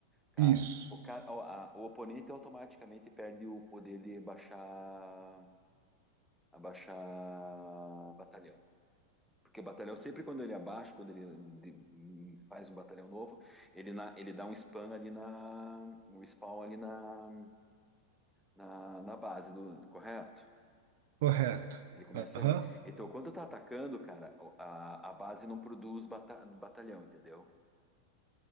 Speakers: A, in the centre; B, on the right (about 55°).
A: cara,
B: Isso,
A: o cara, a- a- o oponente automaticamente perde o poder de abaixar, abaixar batalhão, porque o batalhão sempre quando ele abaixa, quando ele, de- de- faz um batalhão novo, ele na, ele dá um spam ali na, um spawn ali na, na, na base do, correto?
B: correto.
A: Ele começa
B: Aham,
A: ali. Então, quando tá atacando, cara, a, a base não produz bata- batalhão, entendeu?